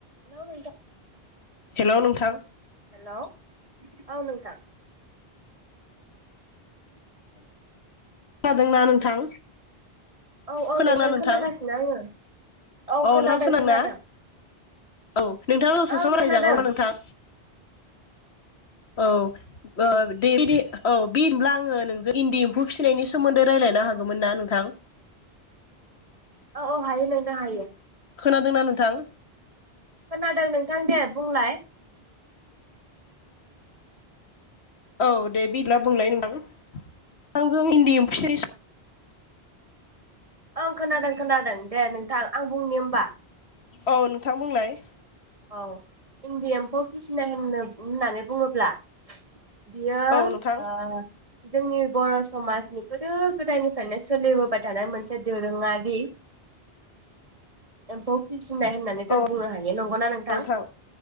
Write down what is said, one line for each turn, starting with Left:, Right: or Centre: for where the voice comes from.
Right: Hello नोंथां
Left: hello नोंथां
Right: hello औ नोंथां
Left: खोनादोंना नोंथां
Right: औ औ
Left: खोनां ना नोंथां
Right: खोनागासिनो
Left: औ
Right: आङो औ खोनादों
Left: नोंथां खोनांना
Right: खोनादों
Left: औ नोंथाङा दसे
Right: ओं
Left: सम
Right: खोनादों
Left: रायजागौ ना नोंथां? औ <unintelligible> औ बि होमब्ला आङो नोंजों इन्दि एम्फौ फिसिनायनि सोमोन्दै रायलायनो हागोमोन ना नोंथां।
Right: औ औ हायो नोंथां हायो।
Left: खोनादोंना नोंथां?
Right: खोनादों नोंथां दे बुंलाय
Left: औ दे बिला बुंलाय नोथां नोथांजों इन्दि एम्फौ फिसिनाय सो
Right: ओं खोनादों खोनादों दे नोंथां आं बुंनि होमबा
Left: औ नोंथां बुंलाय
Right: औ इन्दि एम्फौ फिसिनाय होननो होननानै बुङोब्ला बियो
Left: औ नोंथां
Right: ओ जोंनि बर' समाजनि गोदो गोदायनिफ्रायनो सोलिबोबाय थानाय मोनसे दोरोङारि एम्फौ फिसि नाय होननानै जों
Left: औ
Right: बुंनो हायो नंगौना नों थां
Left: नोंथां